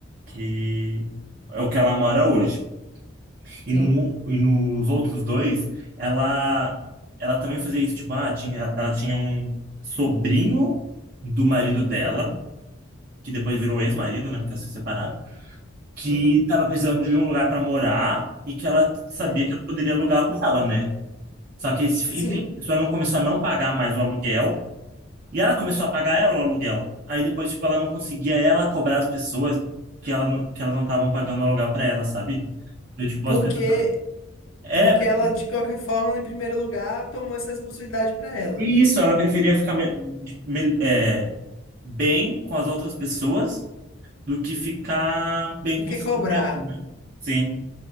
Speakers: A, on the right; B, on the left.
A: que é o que ela mora hoje. E,
B: Sim.
A: no, e nos outros dois, ela, ela também fazia isso, tipo, ah, tinha, ela tinha um sobrinho do marido dela,
B: Uhum,
A: que depois virou ex-marido, né? Porque elas se separaram, que
B: uhum,
A: tava precisando de um lugar para morar e que ela sabia
B: uhum.
A: que ela poderia alugar o dela, né? Só que, esse-
B: Sim.
A: enfim, a pessoa não começou a não pagar mais o aluguel. E ela começou a pagar ela o aluguel. Aí depois, tipo, ela não conseguia ela cobrar as pessoas que, ela, que elas não estavam pagando o aluguel para ela, sabe? Eu, tipo,
B: Porque
A: as pessoas. É,
B: porque
A: porque
B: ela de qualquer forma, em primeiro lugar, tomou essa responsabilidade pra ela.
A: e isso, ela preferia ficar me- de- me- é, bem com as outras pessoas do que ficar bem
B: Do
A: consigo
B: que cobrar?
A: mesmo, né? Sim.